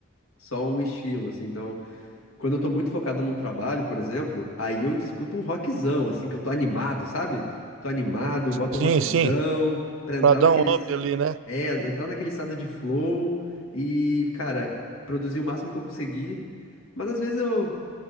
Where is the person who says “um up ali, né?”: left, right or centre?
Right